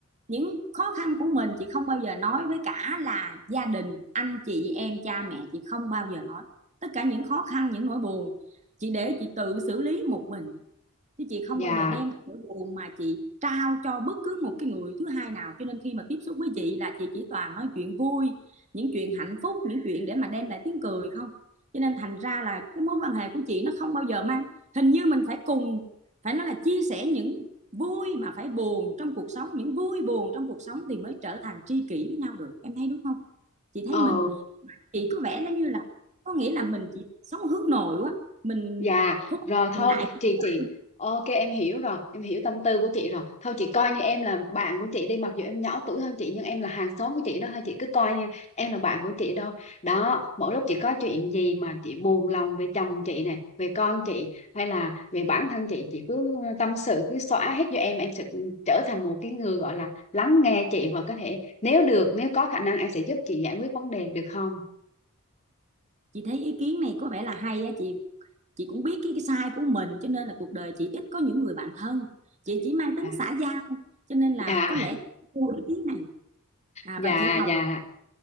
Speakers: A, on the right (about 35°); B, on the left (about 30°).
A: những khó khăn của mình chị không bao giờ nói với cả là gia đình anh chị em cha mẹ chị không bao giờ nói tất cả những khó khăn những nỗi buồn chị để chị tự xử lý một mình chứ chị không
B: dạ
A: bao giờ đem cái nỗi buồn mà chị trao cho bất cứ một cái người thứ hai nào cho nên khi mà tiếp xúc với chị là chị chỉ toàn nói chuyện vui những chuyện hạnh phúc những chuyện để mà đem lại tiếng cười không cho nên thành ra là cái mối quan hệ của chị nó không bao giờ mang hình như mình phải cùng phải nói là chia sẻ những vui mà phải buồn trong cuộc sống những vui buồn trong cuộc sống thì mới trở thành tri kỷ với nhau được em thấy đúng không chị thấy
B: ờ
A: mình chị có vẻ nó như là có nghĩa là mình chỉ sống hướng nội quá mình
B: Dạ,
A: thôi
B: rồi thôi,
A: mình lại
B: chị
A: nhiều quá
B: chị ok em hiểu rồi, em hiểu tâm tư của chị rồi. Thôi chị coi như em là bạn của chị đi, mặc dù em nhỏ tuổi hơn chị nhưng em là hàng xóm của chị đó thôi chị cứ coi như em là bạn của chị đâu. Đó, mỗi lúc chị có chuyện gì mà chị buồn lòng về chồng chị này, về con chị hay là về bản thân chị, chị cứ tâm sự cứ xóa hết cho em, em sẽ trở thành một cái người gọi là lắng nghe chị và có thể nếu được, nếu có khả năng em sẽ giúp chị giải quyết vấn đề được không?
A: chị thấy ý kiến này có vẻ là hay á chị chị cũng biết cái, cái sai của mình cho nên là cuộc đời chị ít có những người bạn thân chị chỉ mang tính
B: Dạ,
A: xã giao cho nên là
B: dạ,
A: có lẽ chị yêu ý kiến này à,
B: dạ,
A: và chị học
B: dạ.